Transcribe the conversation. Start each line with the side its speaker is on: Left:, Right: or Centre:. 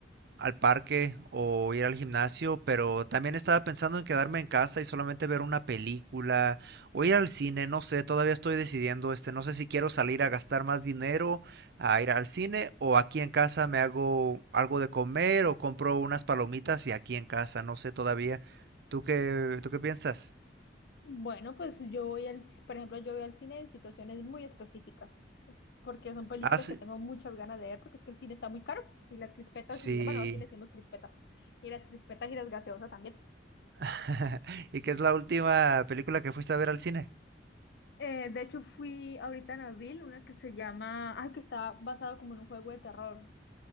Right: al parque o ir al gimnasio, pero también estaba pensando en quedarme en casa y solamente ver una película o ir al cine. No sé, todavía estoy decidiendo, este, no sé si quiero salir a gastar más dinero a ir al cine o aquí en casa me hago algo de comer o compro unas palomitas y aquí en casa, no sé todavía. ¿Tú qué, tú qué piensas?
Left: Bueno, pues yo voy al, c- por ejemplo, yo voy al cine en situaciones muy específicas, porque son películas
Right: Ah, sí.
Left: que tengo muchas ganas de ver, porque es que el cine está muy caro, y las crispetas,
Right: Sí.
Left: y bueno, aquí le decimos crispetas, y las crispetas y las gaseosas también.
Right: <laughs> ¿Y qué es la última película que fuiste a ver al cine?
Left: Eh, de hecho, fui ahorita en abril, una que se llama, ay, que está basado como en un juego de terror.